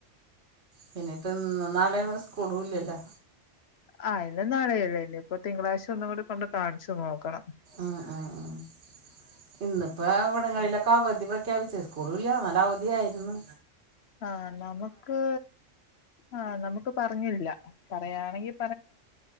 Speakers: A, on the right (about 60°); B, on the left (about 60°).
A: പിന്നെപ്പോ ഇന്ന് നാളെയും സ്കൂളല്ലല്ലോ
B: ആഹ് എന്റെ നാട് ഏഴന്തിപ്പൂ തിങ്കളാഴ്ച ഒന്നും കൂടെ കൊണ്ട് യി കാണിച്ചു നോക്കണം
A: ആഹ് ആഹ് ആഹ് ഇന്നിപ്പോ ഇവിടങ്ങളിലൊക്കെ അവധി പ്രഖ്യാപിച്ചത് സ്കൂള ഇല്ല എന്നാല അവധിയ ആയിരുന്നു
B: ആഹ് നമുക്ക് ആഹ് നമുക്ക് പറഞ്ഞില്ല പറയാണെങ്കിൽ